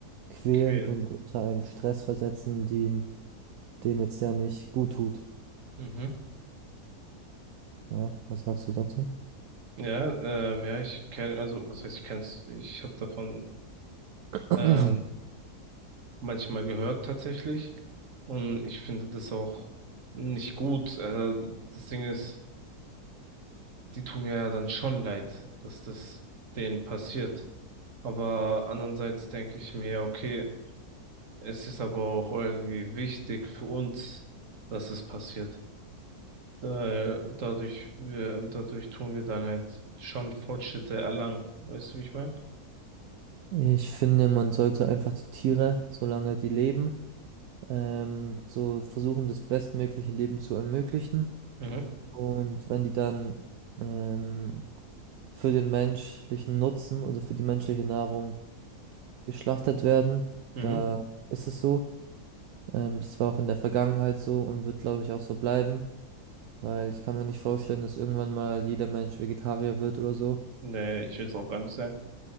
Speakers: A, on the right; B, on the right.
A: quälen
B: quälen.
A: und unter einem Stress versetzen, den, den jetzt ja nicht gut tut.
B: Mhm.
A: Ja, was sagst du dazu?
B: Ja, ähm, ja, ich kenne, also was heißt, ich kenn's, ich habe davon
A: <clears throat>
B: ähm, manchmal gehört tatsächlich und ich finde das auch nicht gut. Äh, das Ding ist, die tun mir ja dann schon leid, dass das denen passiert. Aber andererseits denke ich mir, ja, okay, es ist aber auch irgendwie wichtig für uns, dass es passiert. Weil dadurch, wir, dadurch tun wir dann halt schon Fortschritte erlangen. Weißt du, wie ich meine?
A: Ich finde, man sollte einfach die Tiere, solange die leben, ähm, so versuchen, das bestmögliche Leben zu ermöglichen.
B: Mhm.
A: Und wenn die dann ähm, für den menschlichen Nutzen oder für die menschliche Nahrung geschlachtet werden,
B: Mhm.
A: da ist es so. Ähm, das war auch in der Vergangenheit so und wird, glaube ich, auch so bleiben, weil ich kann mir nicht vorstellen, dass irgendwann mal jeder Mensch Vegetarier wird oder so.
B: Nee, ich will es auch gar nicht sagen.